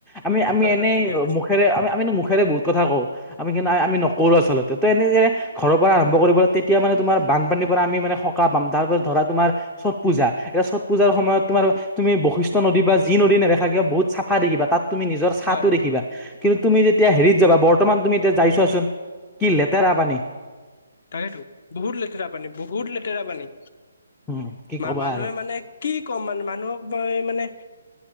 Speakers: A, in the centre; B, on the left.
A: আমি আমি
B: হয়
A: এনেই
B: হয় ঠিকে কৈছা
A: মুখেৰে আমি আমো মুখেৰে বু কথা কওঁ আমি কিন্তু আমি নকৰো আচলতে ত এনেক ঘৰৰ পৰা আৰম্ কৰিবলৈ তেতিয়া মানে, তোমাৰ বানপানীৰ পৰা আমি মানে সকাহ পাম তাৰ পিছত ধৰা তোমাৰ চট পূজা এতিয়া চট পূজাৰ সময়ত তোমাৰ তুমি বৈশিষ্ট্য নদী বা যি নদী নেদেখা কিয় বহুত চাফা দেখিবা তুমি নিজৰ ছাটো
B: হয়
A: দেখিবা কিন্তু তুমি যেতিয়া হেৰিত যাবা, বৰ্তমান তুমি এতিয়া যাইছোৱাচোন কি লেতেৰা পানী
B: তাকেতো, বহুত লেতেৰা পানী বহুত লেতেৰা পানী
A: উম কি ক'বা
B: মা মানুহে
A: আৰু
B: মানে কি ক'ম মানে, মানুহক মই মানে